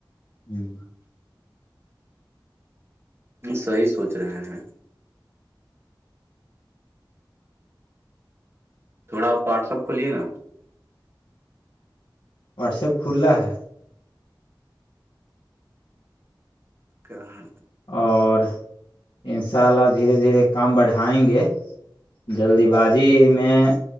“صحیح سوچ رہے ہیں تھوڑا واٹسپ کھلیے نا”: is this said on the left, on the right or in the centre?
Right